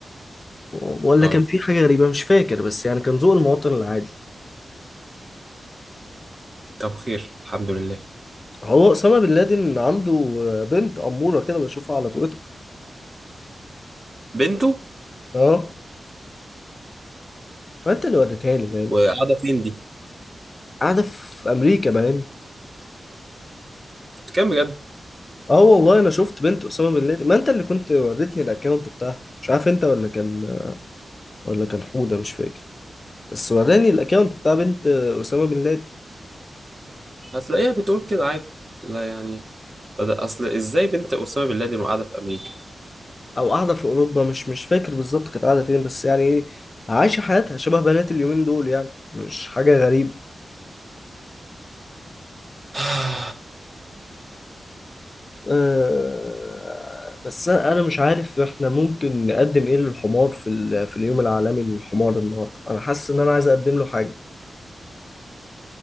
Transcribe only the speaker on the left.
ولا
كان في حاجه غريبه مش فاكر بس يعني كان ذوق المواطن العادي
هو اسامه بن لادن عنده بنت اموره كده بشوفها على تويتر
اه فانت اللي وريتها لي باين
قاعده في امريكا باين
اه والله انا شفت بنت اسامه بن لادن ما انت اللي كنت وريتني الاكونت بتاعها مش عارف انت ولا كان ولا كان حوده مش فاكر بس وراني الاكونت بتاع بنت اسامه بن لادن
او قاعده في اوروبا مش مش فاكر بالظبط كانت قاعده فين بس يعني ايه عايشه حياتها شبه بنات اليومين دول يعني مش حاجه غريبه
أه بس انا أنا مش عارف احنا ممكن نقدم ايه للحمار في ال- في اليوم العالمي للحمار النهارده انا حاسس ان انا عايز اقدم له حاجه